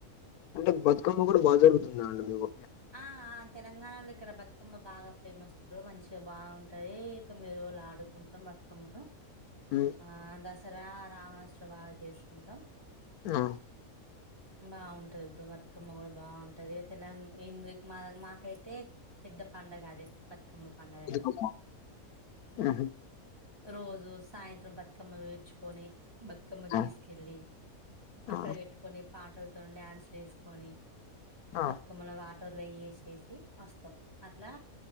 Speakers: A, on the left; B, on the right.
A: అంటే బతుకమ్మ కూడా బాగా జరుగుతుంద అండి మీకు
B: ఆఆ తెలంగాణలో ఇక్కడ బతుకమ్మ బాగా ఫేమస్ మంచిగా బాగుంటది తొమ్మిది రోజులు ఆడుకుంటాం బతు మ్మను
A: ఉమ్
B: <unintelligible> ఆ దసరా రావణోసరవ చేసుకుంటాం
A: ఆ
B: బాగుంటది బ్రో బతుకమ్మ కూడా బాగుంటది తెలంగాన ఇందుకు మా మాకైతే పెద్ద పండుగ అది బతుకమ్మా పండగే
A: బతుకమ్మ
B: ఇగా
A: ఉహు
B: రోజు సాయంత్రం బతుకమ్మ వేర్చుకొని బతుకమ్మ
A: ఆ
B: తీసుకెళ్ళి అక్కడ
A: ఆ
B: పెట్టుకొని పాటలతో డ్యాన్సులు వేసుకొని
A: ఆ
B: బతుకమ్మని వాటర్లో వేసేసి వస్తాం అట్లా